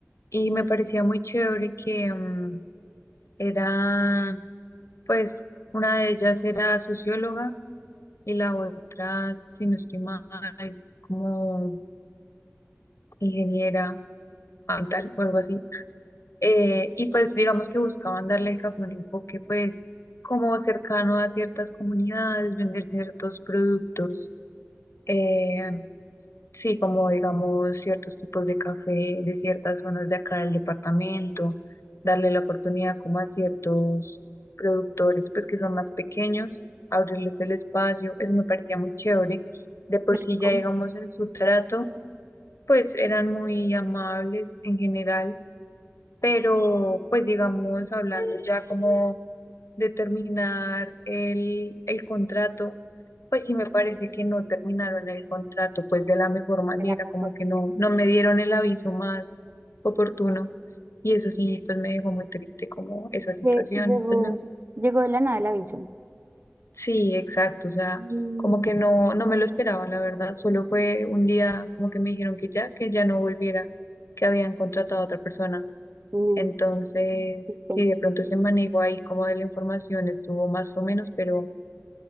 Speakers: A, on the left (about 85°); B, on the right (about 45°).
A: y me parecía muy chévere que mm, eran, pues una de ellas era socióloga y la otra, si no estoy mal, como ingeniera ambiental o algo así. eh, y pues digamos que buscaban darle al café un enfoque pues como cercano a ciertas comunidades, vender ciertos productos, eh, sí, como digamos ciertos tipos de café de ciertas zonas de acá del departamento, darle la oportunidad como a ciertos productores pues que son más pequeños, abrirles el espacio, eso me parecía muy chévere. De por
B: Rincón?
A: sí ya digamos en su trato, pues eran muy amables en general pero pues digamos, hablando ya como de terminar el, el contrato, pues sí me parece que no terminaron el contrato pues de la mejor manera,
B: de la Conformación?
A: como que no, no me dieron el aviso más oportuno y eso sí, pues me dejó muy triste como esa situación.
B: Lle- Llegó,
A: Pues me-
B: llegó de la nada el aviso.
A: sí, exacto, o sea,
B: Mm,
A: como que no, no me lo esperaba, la verdad, solo fue un día como que me dijeron que ya, que ya no volviera, que habían contratado a otra persona.
B: No,
A: Entonces,
B: no existe.
A: sí, de pronto ese manejo ahí como de la información estuvo más o menos, pero,